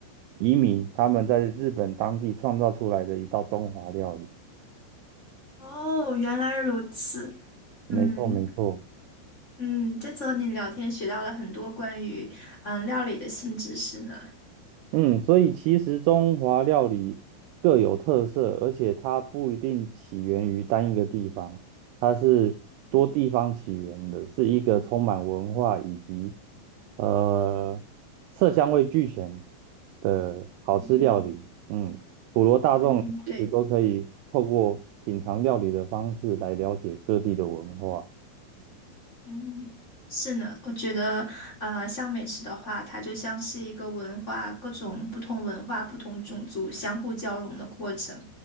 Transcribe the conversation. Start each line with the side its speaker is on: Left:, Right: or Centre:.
Right: 移民，他们在日本当地创造出来的一道中华料理。
Left: 哦，原来如此。
Right: 没错没错。
Left: 嗯嗯，这次和你聊天学到了很多关于嗯料理的新知识呢。
Right: 嗯，所以其实中华料理各有特色，而且它不一定起源于单一个地方，它是多地方起源的，
Left: 嗯
Right: 是一个充满文化以及呃色香味俱全的好吃料理。
Left: 嗯
Right: 嗯，普罗大众其实都可以透过品尝料理的方式来了解各地的文化。
Left: 嗯，对。嗯，是呢，我觉得，呃，像美食的话，它就像是一个文化，各种不同文化、不同种族相互交融的过程。